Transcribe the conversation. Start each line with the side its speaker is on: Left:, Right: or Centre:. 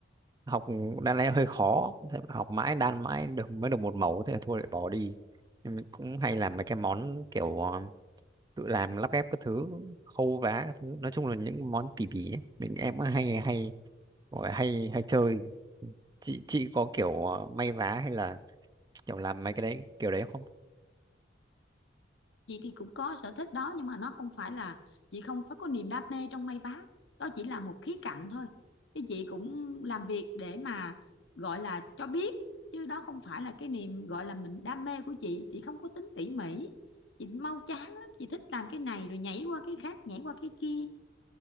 Right: học đan len hơi khó thế mà học mãi đan mãi được mới được một mẫu thế là thôi lại bỏ đi nhưng mình cũng hay làm mấy cái món kiểu ờ, tự làm lắp ghép các thứ khâu vá các thứ nói chung là những món tỉ mỉ ấy. mình em cũng hay hay gọi là hay hay chơi chị chị có kiểu ờ, may vá hay là kiểu làm mấy cái đấy kiểu đấy không
Left: chị thì cũng có sở thích đó nhưng mà nó không phải là chị không phải có niềm đam mê trong may vá đó chỉ là một khía cạnh thôi cái chị cũng làm việc để mà gọi là cho biết chứ đó không phải là cái niềm gọi là mình đam mê của chị chị không có tính tỉ mỉ chị mau chán lắm chị thích làm cái này rồi nhảy qua cái khác nhảy qua cái kia